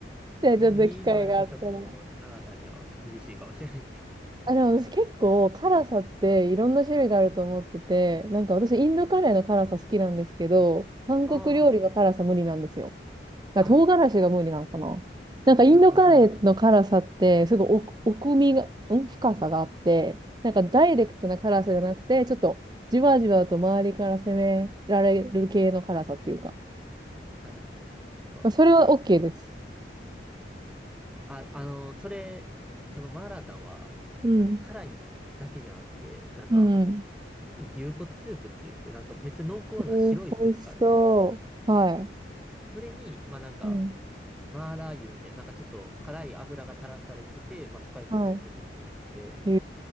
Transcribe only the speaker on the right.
じゃあちょっと機会があったら。
あ、でも私結構辛さっていろんな種類があると思ってて、なんか私インドカレーの辛さ好きなんですけど、韓国料理の辛さ無理なんですよ。
だから唐辛子が無理なのかな。
なんかインドカレーの辛さって、
すごい奥、奥みが、ん深さがあって、なんかダイレクトな辛さじゃなくて、
ちょっとじわじわと周りから攻められる系の辛さっていうか。
まあ、それは OK です。
うん。
うん。
えー、美味しそう。はい。
うん。
はい。へ